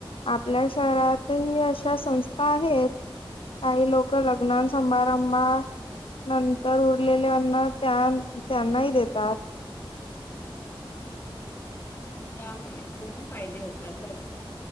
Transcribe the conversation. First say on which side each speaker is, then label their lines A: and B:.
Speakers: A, on the left; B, on the left.
A: आपल्या शहरातही अशा संस्था आहेत. काही लोक लग्ना सभारंभ नंतर उरलेल्या अन्न त्यां त्यांनाही देतात.
B: यामुळे दोन फायदे होतात बघ.